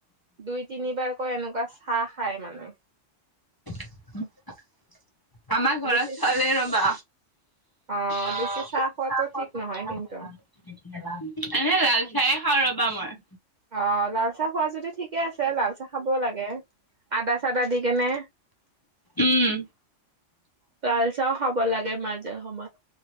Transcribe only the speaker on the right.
দুই তিনিবাৰকৈ এনেকুৱা চাহ খায় মানে।
বেছি
অ
বেছি চাহ
খোৱাটো ঠিক নহয় কিন্তু
অ', লালচাহ খোৱা যদি ঠিকে আছে লালচাহ খাবও লাগে। আদা চাদা দি কেনে।
লাল চাহ খাব লাগে মাজে সময়ে